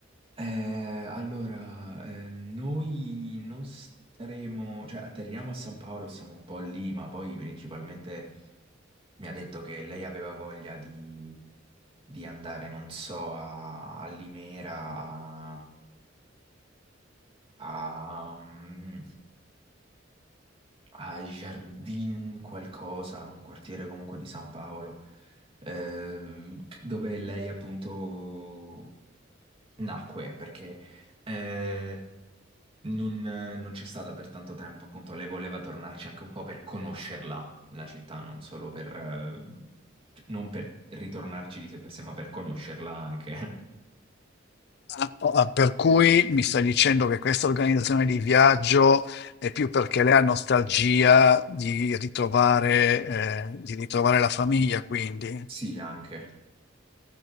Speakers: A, on the right; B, on the left.
A: Eh, allora, eh, noi non staremo, cioè atterriamo a San Paolo, siamo un po' lì, ma poi principalmente mi ha detto che lei aveva voglia di, di andare, non so, a, a Limera, a, a, mm, ai Jardin qualcosa, un quartiere comunque di San Paolo, eh, dove lei appunto nacque perché eh, non, non c'è stata per tanto tempo, appunto, lei voleva tornarci anche un po' per conoscerla, la città, non solo per, eh, non per ritornarci di sé per sé, ma per conoscerla anche. <laughs>
B: Ah, oh, ah, per cui mi stai dicendo che questa organizzazione di viaggio è più perché lei ha nostalgia di ritrovare, eh, di ritrovare la famiglia, quindi.
A: Sì, anche.